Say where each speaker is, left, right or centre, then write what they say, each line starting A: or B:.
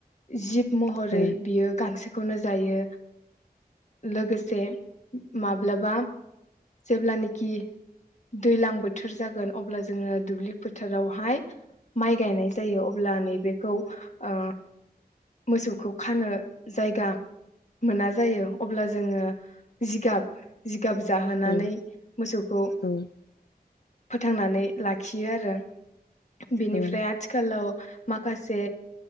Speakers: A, on the left (about 45°); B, on the left (about 80°).
A: जिब महरै
B: औ
A: बियो गांसो खौनो जायो लोगो- से माब- माब्लाबा जेब्लानखि दैज्लां बोथोर जागोन अब्ला जोङो दुब्लि फोथारावहाय माइ गायनाय जायो अब्ला नैबे खौ ओ मोसौखौ खानो जायगा मोना जायो अब्ला जोङो जिगाब गाब जाहोनानै
B: औ ओं ओं
A: मोसौखौ
B: ओं
A: फोथांनानै लाखियो आरो बेनिफ्राय
B: औ ओं
A: आथिखालाव माखासे